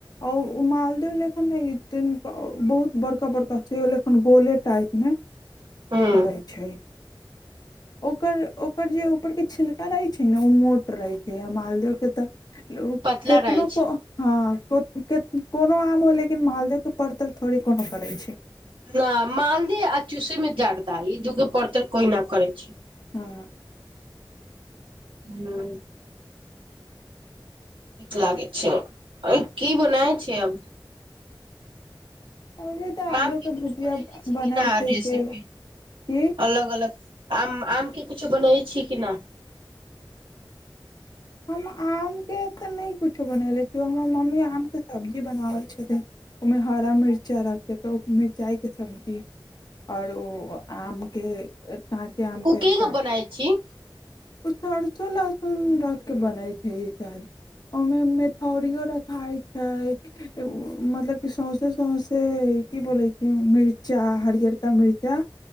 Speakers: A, on the left; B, on the right.
A: आ उ मालदे लंका ने हइ तन बहुत बड़का बड़का से ओ लेखन होले टाइपमे
B: हूँ
A: फड़ै छै ओकर ओकर जे ऊपरके छिलका रहैत छै ने ओ मोट रहैत छै आ मालदेव के तऽ लोक
B: पतला
A: कितनो
B: रहै छै
A: को हँ कोनो आम हो लेकिन मालदेके पर तक थोड़े कोनो करैय छै
B: न मालदह आ चूसे में जर्दा ई दुगो परतर कोई न करै छै
A: हुँ
B: हू ठीक लागै छै अर की बनाय छै अब
A: ओहे तऽ
B: माम
A: आलू के
B: एकऊचु
A: भुजिया
B: बनाली छै
A: बनै
B: कि न
A: छै
B: रेसपी
A: केला की
B: अलग अलग आम आम के किछो बनबै छी कि न
A: हम आमके तऽ नहि किछो बनने छियै हमर मम्मी आमके सब्जी बनाबैत छथिन ओमेमे हरा मिर्चाइ रखे त मिरचाइ के सब्जी आओर ओ आमके काँचे आम
B: कुकिंग
A: कें कटि
B: बनाय छी
A: <inaudible> के बनै छै ई सब ओहिमे मेथीयौ रखाइ छै मतलब क सौंसे सौंसे की बोलै छै मिर्चा हरियर का मिर्चा